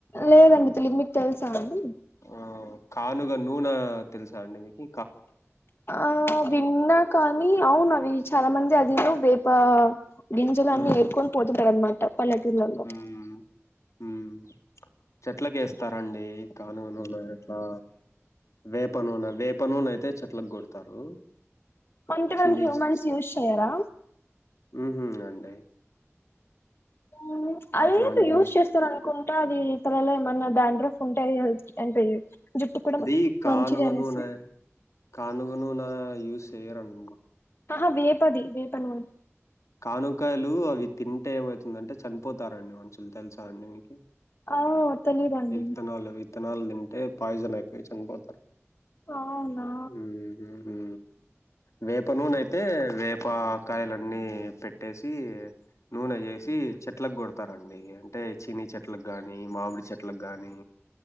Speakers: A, on the left (about 50°); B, on the left (about 80°).
A: లేదండి తెలీదు మీకు తెలుసా అండి
B: ఆ కానుగా నూనె తెలుసా అండి మీకు
A: ఆ విన్నా కానీ అవును అవి చాలా మంది వేపా గింజలన్ని
B: మ్మ్
A: ఏర్కొని పోతుంటారు అన్నమాట పల్లెటూర్లలో
B: మ్మ్ మ్మ్ చెట్లకేస్తారండి గానుగ నూనె అట్లా వేప నూనె వేప నూన నయితే చెట్ల కొడతారు
A: అంటే
B: చినిజ్
A: దానికి హ్యూమన్స్ యూస్ చేయరా
B: హ్మ్మ్ అండి
A: ఉ అదతే
B: అట్లాంటివన్నీ
A: యూస్ చేస్తారనుకుంటా అది ఇ తలలా ఏమన్నా డాండ్రఫ్ ఉంటే అంటే జుట్టు కూడా
B: అది కానుగా
A: మంచిది అనేసి
B: నునే కానుగా యూస్ చేయర్ అను
A: ఆహా వేపది వేప నూనె
B: కానుకాయలు అవి తింటే ఏమవుతుందంటే చనిపోతారండి మనుషులు తెలుసా అండి మీకు
A: ఆ తెలిదండి
B: ఈ విత్తనాలు విత్తనాలు తింటే పాయిజన్ అయిపోయి చనిపోతారు
A: అవునా
B: ఉహు వేప నూనె అయితే వేపకాయల అన్నీ పెట్టేసి నూనె చేసి చెట్లకు పెడతా రండి అంటే చిని చెట్లకుకి గాని మామిడి చెట్లకి గాని